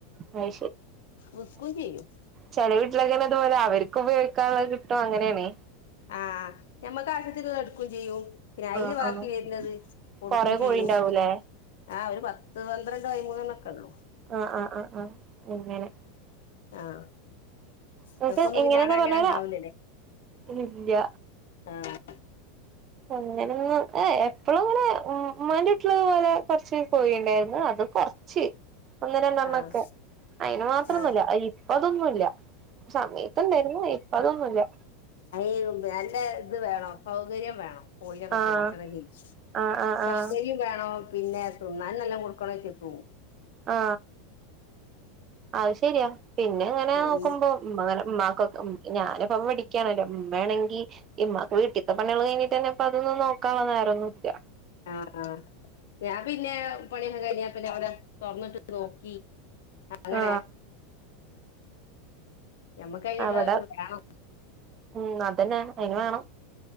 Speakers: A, on the right; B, on the left.
A: അത്
B: വിക്കും ചെയ്യും
A: ചെലവിട്ടിലക്കെപോലെ അവർക്ക് ഉപയോഗിക്കാനുള്ള കിട്ടും അങ്ങനെണ്
B: ആഹ് ഞമ്മക്കാവശ്യത്തിനുള്ള എടുക്കും ചെയ്യും പിന്നയില്
A: ആഹ്
B: ബാക്കി
A: ആഹ്
B: വരുന്നത് കൊടുക്കും
A: കൊറെ കോഴിണ്ടാവൂലേ
B: ചെയ്യും ആഹ് ഒരു പത്ത് പന്ത്രണ്ട് പൈമൂന്നെണ്ണോക്കെള്ളൂ
A: ആഹ് ആഹ് ആഹ് ആഹ് അങ്ങനെ
B: ആഹ് ഇങ്ങക്കൊന്നും
A: നിങ്ങക്ക് എങ്ങനെയെന്നാ
B: പിന്നവിടങ്ങനെ
A: പറഞ്ഞ
B: ണ്ടാവൂലല്ലേ?
A: ഇല്ല
B: ആഹ്
A: അങ്ങനെന്നും ഏ എപ്പോളുങ്ങനെ ഉം ഉമ്മാന്റെ വീട്ടില് ഇത്പോലെ കോറ്ച്ച് കോഴിണ്ടായിരുന്നു അത് കൊ ച് ഒന്ന് രണ്ടണ്ണോക്കെ
B: ആഹ്
A: അയിന് മാത്രോന്നുല്ല
B: ആഹ്
A: അയ്‌ ഇപ്പ അതൊന്നുല്ല സമയത്ത് ഇണ്ടെര്ന്നു ഇപ്പ അതൊന്നുല്യ
B: അയ്‌രുബ് നല്ല ഇത് വേണം സൗകര്യം വേണം കോഴിനോക്കെ
A: ആഹ്
B: പൊറ്റണെങ്കി
A: ആഹ് ആഹ്
B: സൗകര്യം
A: ആഹ്
B: വേണോ പിന്നെ തിന്നാനും നല്ലോം കൊടുക്കണം അയ്റ്റക്കും
A: ആ അത് ശെരിയാ പിന്നെ ഇങ്ങനെ
B: പിന്ന
A: നോക്കുമ്പോ ഇമ്മങ്ങനെ ഇമ്മാക്കൊക്ക ഉം ഞാന്പ്പം പഠി ക്ക്യാണല്ലോ വേണങ്കി ഇമ്മാക്ക് വീട്ടിത്തെ പണികള് കഴിഞ്ഞിട്ടന്നെ ഇപ്പ അതൊന്നും നോക്കാള്ള നേരോന്നുല്ല
B: ആ ആ ഞാൻ പിന്നെ പണിക ള് കഴിഞാ പിന്നെ ഓല തൊർന്നിട്ട് നോക്കി അങ്ങനെ
A: ആ
B: ഞമ്മക്ക് അയ്‌ല്ള്ള
A: അവിടെ
B: ഇത് വേണം..
A: ഉം അതന്നെ അയിന് വേണം..